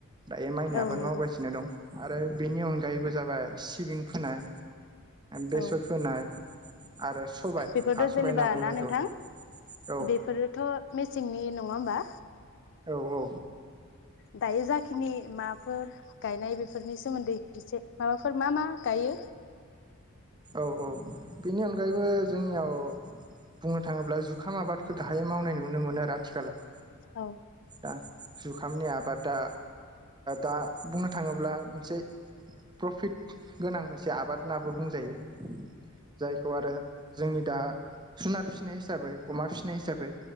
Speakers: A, on the right; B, on the left.
A: दायो माइनि
B: औ
A: आबाद
B: नंगौ
A: मावगासिनो दं आरो बेनि अनगायैबो जाबाय सिबिं फोनाय बेसर
B: औ
A: फोनाय आरो सबाय
B: बेफोरथ'
A: हा सबाय
B: जेनेबा
A: होनना बुङो
B: ना
A: जायखौ
B: नोंथां
A: औ
B: बेफोरोथ' मेसेंनि नङा होमबा
A: औ औ
B: दायो जाखिनि माफोर गायनाय बेफोरनि सोमोन्दै एसे माबाफोर मा मा गायो
A: औ औ बेनि अनगायैबो जोंनियाव बुंनो थाङोब्ला जुखाम आबादखौ गाहायै मावनाय नुनो मोनो आरो आथिखालाव
B: औ
A: दा जुखामनि आबादा दा बुंनो थाङोब्ला मोनसे प्रफिट गोनां मोनसे आबाद होनाबो बुंजायो जायखौ आरो जोंनि दा जुनार फिसिनाय हिसाबै अमा फिसिनाय हिसाबै